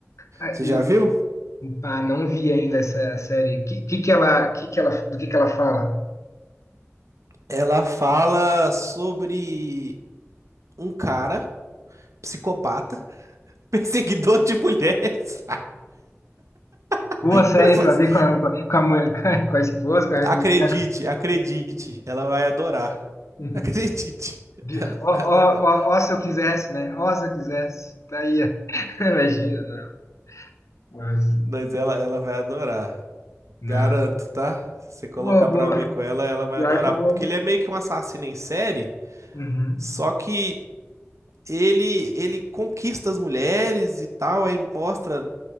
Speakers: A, on the left; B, on the right.
A: Ah,
B: Você
A: e,
B: já viu?
A: ah, não vi ainda essa série. Que, que que ela, que que ela, do que que ela fala?
B: Ela fala sobre um cara, psicopata, <laughs> perseguidor de mulheres. <laughs>
A: Boa série
B: Mas
A: pra ver com a, com a mãe, <laughs> com a esposa, com a
B: Acredite,
A: mulher.
B: acredite, ela vai adorar.
A: <laughs>
B: Acredite,
A: De-
B: ela
A: Ó,
B: vai
A: ó,
B: adorar.
A: ó, ó, se eu quisesse, né? Ó, se eu quisesse. Tá aí, ó. <laughs> Imagina, não. Mas,
B: Mas ela, ela vai adorar.
A: não.
B: Garanto, tá? Se você colocar
A: Boa, boa.
B: pra ver com ela, ela vai
A: Pior
B: adorar.
A: que eu vou.
B: Porque ele é meio que um assassino em série,
A: Uhum.
B: só que ele ele conquista as mulheres e tal, aí mostra,